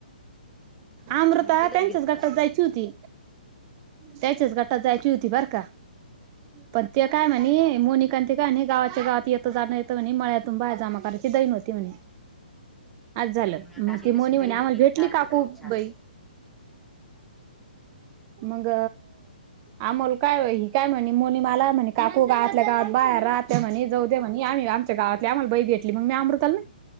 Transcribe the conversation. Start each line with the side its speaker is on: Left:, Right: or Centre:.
Right: अमृता
Centre: अमृतालाच
Right: त्यांच्याच
Centre: घेतलं
Right: गटात
Centre: असतं
Right: जायची होती. त्याच्याच गटात जायची होती बर का पण ते काय म्ह णे मोनिका ते काय गावाच्या गावात येतं जाण येतं म्हणे मळ्यातून बाहेर जामा करायची दई नव्हती म्हणे. आज झालं
Centre: आता
Right: मग ती
Centre: तशी
Right: मोनी म्हणे
Centre: दहीमती
Right: आम्हाला भेटली
Centre: चार
Right: काकू
Centre: ठिकाणी चार
Right: बाई
Centre: जणी
Right: मग आमोल काय व काय म्हणें मोनी मला म्हणे काकू गावातल्या गावात बाहेर राहते म्हणें जाऊदे म्हणे आम्ही आमच्या गावातल्या आम्हाला बाई भेटली मग मी अमृताल